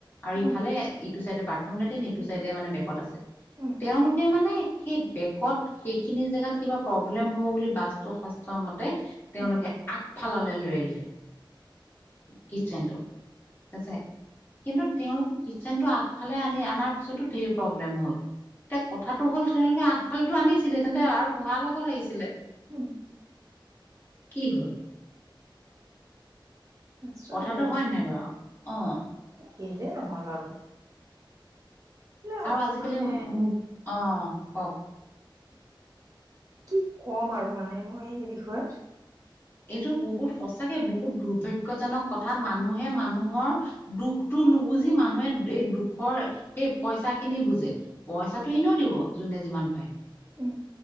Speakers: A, on the left; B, on the right.
A: আৰু
B: উম
A: ইফালে ইটো চাইডে বাথৰুম লেটিন এইটো চাইডে মানে বেকত আছে।
B: উ
A: তেওঁলোকে মানে সেই বেকত সেইখিনি জেগাত কিবা প্ৰব্লেম হ'ব বুলি বাছটো শাস্ত- মতে তেওঁলোকে
B: উম
A: আগফালে লৈ আহিলে। কিটচেন টো ঠিক আছে কিন্তু তেওঁলোকো কিটচেনটো আগফালে আনি আনাত তাৰ পিছতও ধেৰ প্ৰব্লেম হল এতিয়া কথাটো হ'ল তেওঁলোকে আগফালে আনিছিলে তেন্তে আৰু গোহাল হ'ব লাগিছিলে
B: উম
A: কি হল
B: আচৰিত
A: কথাটো
B: আৰু
A: হয় নাই বাৰু অ',
B: কেলে নহয় বাৰু এইবিলাক
A: আৰু আজিকালি
B: মানে
A: মোৰ অহ কওক
B: কি কম আৰু মানে মই এই বিষয়ত
A: এইটো বহুত সঁচাকে বহুত দুৰ্ভাগ্যজনক কথা মানুহে মানুহৰ দুখটো নুবুজি মানুহে এই দুখৰ সেই পইচা খিনি বুজে পইচাটো এনেও দিব যোনে যিমান পায়।
B: উম